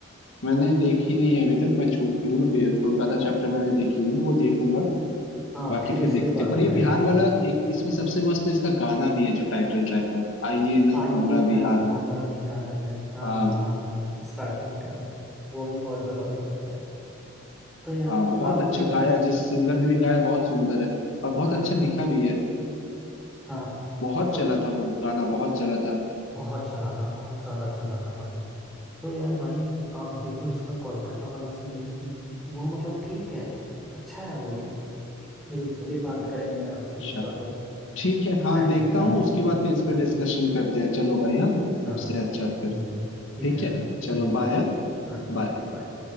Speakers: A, on the left; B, in the centre.
A: मैंने देखी नहीं है अभी तक मैं झूठ क्यों बोलूं बे- कोलकाता चैप्टर मैंने देखी नहीं है वो देखूंगा
B: हाँ
A: बाकी
B: फिर
A: फिर
B: उस
A: देखते
B: पे बात
A: पर ये
B: करेंगे
A: बिहार वाला एक इसमें सबसे मस्त इसका गाना भी है जो टाइटल ट्रैक है आइए ना
B: आइए
A: हमरा
B: ना
A: बिहार
B: हमारा
A: में
B: बिहार में हाँ
A: हाँ।
B: स्टार्टिंग का वो भी बहुत जबरदस्त है तो यार
A: हाँ बहुत
B: आप
A: अच्छा
B: देखना
A: गाया जिस सिंगर ने भी गाया बहुत सुंदर है और बहुत
B: हाँ
A: अच्छा लिखा भी है
B: हाँ
A: बहुत
B: मतलब
A: चला था वो गाना बहुत चला था
B: बहुत चला था बहुत ज्यादा चला था भाई तो यार भाई आप देखो इसका कोलकाता वाला सीरीज भी वो मतलब ठीक है अच्छा है वो भी बिल्कुल भी बात करेंगे आपसे
A: अच्छा
B: इस बारे में,
A: ठीक है हाँ
B: टाइम
A: देखता
B: मिला
A: हूँ
B: तो
A: उसके बाद फिर इस पे डिस्कशन करते हैं चलो भाई हाँ
B: हाँ
A: सबसे अच्छा फिर
B: हम्म, ठीक
A: ठीक
B: है हाँ
A: है चलो
B: हम्म हम्म,
A: बाय हाँ,
B: हाँ
A: बाय
B: ओके बाय